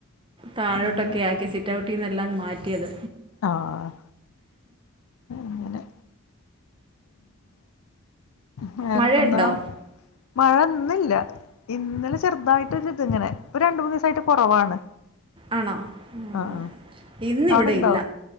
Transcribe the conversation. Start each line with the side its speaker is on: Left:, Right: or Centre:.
Right: താഴോട്ടൊക്കെ
Left: അങ്ങനെ
Right: ആക്കി സിറ്റൗട്ടീന്ന് എല്ലാം മാറ്റിയത്
Left: ആഹ് അങ്ങനെ വേറെയിപ്പോ
Right: മഴയുണ്ടോ
Left: എന്താ മഴ ഇന്നില്ല ഇന്നലെ ചെറുതായിട്ടൊരു ഇതിങ്ങനെ ഇപ്പോ രണ്ട് മൂന്ന് ദിവസമായിട്ട് കുറവാണ്
Right: ആണോ ഉം
Left: ആഹ്
Right: ഇന്നിവിടെ
Left: അവിടെണ്ടോ
Right: ഇല്ല